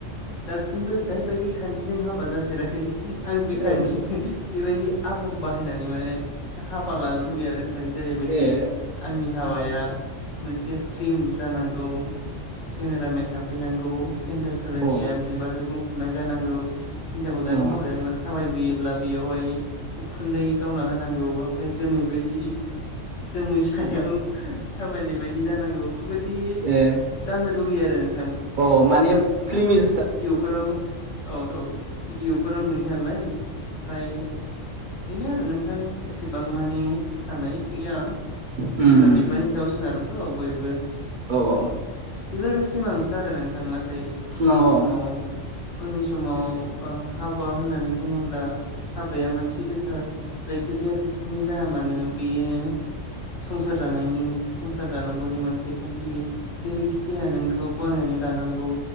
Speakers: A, on the left (about 70°); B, on the right (about 55°).
A: दासिमबो जायबायदि खान्थिजों हाबा जाफेराखै आं बे
B: औ
A: खान्थिजों बेबायदि आदब बाहायनानै माने हाबा लानो लुुबैयो आरो नोंथां जेरैबायदि
B: ए
A: आंनि हाबाया मोनसे फ्लिम जानांगौ केमेरामेन थाफैनांगौ पेनडेल साजायनाया
B: अ
A: बिबारजों बुंफबनाय जानांगौ हिनजाव गोदान
B: अ
A: हौवा गोदाना थाबायबोयोब्ला बेयावहाय उखुन्दै गावना होनांगौ ओमफ्राय जोमै बायदि जोमैसायाव थाबायनाय बायदि जानांगौ बेबायदि
B: ए
A: जानो लुुबैयो आरो नों
B: अ माने फ्लिमि
A: भिदिअफोराव औ औ भिडिअफोराव नुयो नालाय ओमफ्राय बेनो आरो नोंथां एसेबां मानि साननाय गैया
B: उम
A: बिमा बिफानि
B: उम
A: सायाव सोनारोथ' बयबो
B: औ औ
A: बेफोर सिमांसो आरो नोंथां नाथाय
B: सिमां
A: उननि समाव
B: अ
A: उननि समाव हाबा होननानै बुङोब्ला हाबाया मोनसे गोथार जायखिजाया बिथिंजों जाया मानो बेयो संसार जानायनि संसार जानांगौनि मोनसे खान्थि जेरैखि जाया नों बेखौ गनायनानै लानांगौ